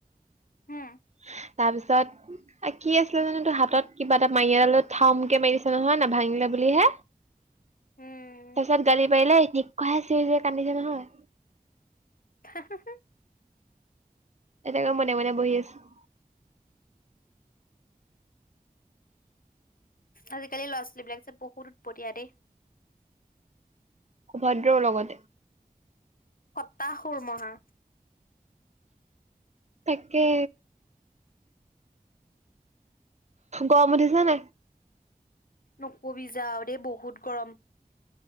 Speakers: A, on the right; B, on the left.
A: <inaudible>
B: হম
A: তাৰ পিছত কি আছিলে জানো এইটো হাতত কিবা এটা মাৰি এডাল থামকে মাৰি দিছে নহয় ন। ভাঙিলে বুলিহে তাৰপিছত
B: উম
A: গালি পাৰিলে এনেকুৱাই চি চৰি কান্দিছে নহয়
B: হা, হা, হা,
A: এনেকে মনে মনে বহি আছো। <inaudible>
B: আজিকালি ল'ৰা ছোৱালী বিলাক যে বহুত উৎপতিয়া দেই।
A: অভদ্ৰও লগতে।
B: সতাসুৰমহা।
A: তাকে। গৰম উঠিছা নাই?
B: নকবি যা আৰু দেই বহুত গৰম।